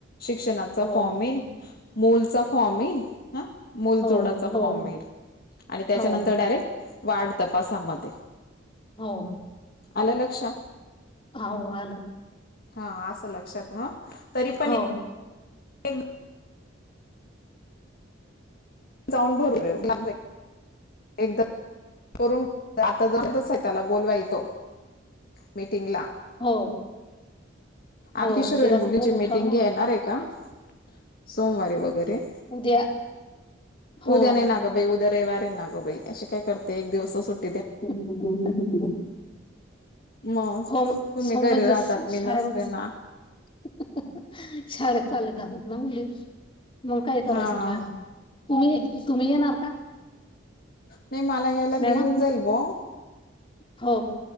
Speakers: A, on the left (about 50°); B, on the left (about 25°).
A: शिक्षणाचा
B: हो
A: फॉर्म
B: हो
A: येईल. मोल चा फॉर्म येईल. हां, मोल
B: हो
A: जोडाचा
B: हो
A: फॉर्म येईल. आणि त्याच्यानंतर
B: हो
A: डायरेक्ट वाढ तपासामध्ये.
B: हो.
A: आलं लक्षात.
B: हाव, आलं.
A: हां आस लक्षात, ह. तरी पण
B: हो
A: ए एक जाऊन भरु देऊ <unintelligible> एकदा, करून आता जाणतच हाय, त्याला बोलवायचं. मीटिंगला.
B: हो. हो
A: आर किशोरोईन
B: तिलाच
A: मुलींची
B: बोलवू
A: मीटिंग
B: का मग
A: घेणारयका का? सोमवारी वगैरे.
B: उद्या. हो
A: उद्या नाही ना गं बाई. उद्या रविवार हे ना गं बाई. अशी काय करते. एक दिवस सुट्ट
B: <unintelligible>
A: मग
B: हो.
A: तुम्ही
B: सोम
A: घरी
B: म्हणजे
A: राहतात
B: जस
A: मी
B: शाळे
A: नसते
B: म बस
A: ना
B: <unintelligible> शाळेत चालले गं. नऊ - वीस मंग काय करायचं
A: हा
B: मॅडम. तुम्ही - तुम्ही येणार का?
A: नाही, मला यायला
B: मॅडम
A: मी येऊन जाईल बो.
B: हो